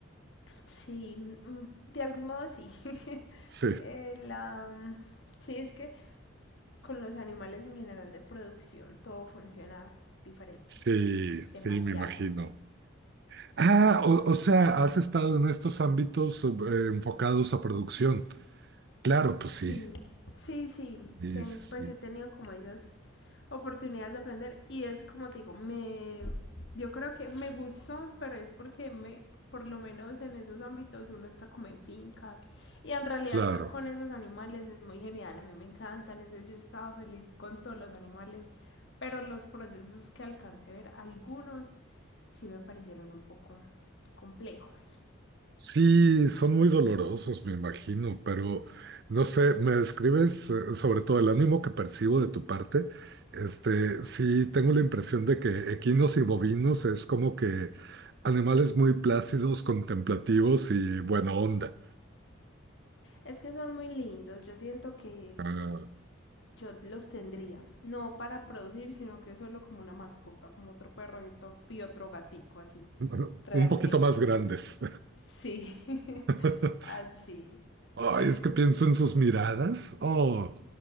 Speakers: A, on the left; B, on the right.
A: Sí, mm, de algún modo sí. <laughs>
B: Sí,
A: Eh, la, mm, sí, es que con los animales en general de producción todo funciona diferente,
B: sí,
A: demasiado.
B: sí, me imagino. Ah, o, o sea, has estado en estos ámbitos eh, enfocados a producción. Claro, pues
A: Sí,
B: sí.
A: sí, sí.
B: Sí,
A: Ten-
B: sí, sí,
A: pues he tenido como esas oportunidades de aprender y es como te digo, me, yo creo que me gustó, pero es porque me, por lo menos en esos ámbitos uno está como en fincas y en realidad
B: claro.
A: estar con esos animales es muy genial, a mí me encantan, entonces yo estaba feliz con todos los animales, pero los procesos que alcancé a ver, algunos sí me parecieron un poco complejos.
B: Sí, son muy dolorosos, me imagino, pero no sé, me describes eh, sobre todo el ánimo que percibo de tu parte. Este, sí, tengo la impresión de que equinos y bovinos es como que animales muy plácidos, contemplativos y buena onda.
A: Es que son muy lindos, yo siento que
B: Ah,
A: yo los tendría, no para producir, sino que solo como una mascota, como otro perro y otro, y otro gatico, así,
B: <laughs>
A: realmente.
B: un poquito más grandes.
A: Sí, <laughs>
B: <laughs>
A: así.
B: Ay,
A: Pero
B: es que pienso en sus miradas. Oh,